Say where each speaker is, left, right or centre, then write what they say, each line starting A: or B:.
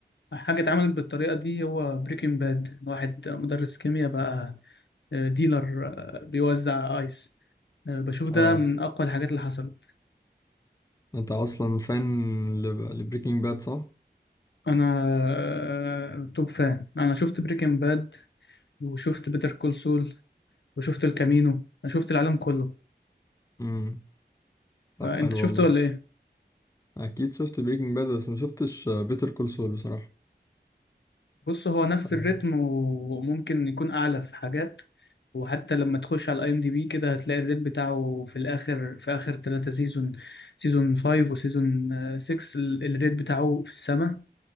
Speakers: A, on the left (about 85°); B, on the left (about 20°).
A: حاجة اتعملت بالطريقة دي هو بريكنج باد واحد مدرس كيمياء بقى آه، ديلر آه، بيوزع آيس آه، بشوف ده
B: اه
A: من أقوى الحاجات اللي حصلت
B: انت اصلا فان لبريكنج باد صح
A: أنا آه، توب فان أنا شفت بريكنج باد وشفت بيتر كول سول وشفت الكامينو أنا شفت العالم كله
B: امم طب
A: فأنت
B: حلو
A: شفته
B: والله
A: ولا إيه؟
B: اكيد شفت بريكنج باد بس ما شفتش بيتر كول سول بصراحه
A: بص هو نفس
B: تمام.
A: الريتم وممكن يكون اعلى في حاجات وحتى لما تخش على الاي ام دي بي كده هتلاقي الريت بتاعه في الاخر في اخر ثلاثة سيزون سيزون 5 وسيزون 6 الريت بتاعه في السماء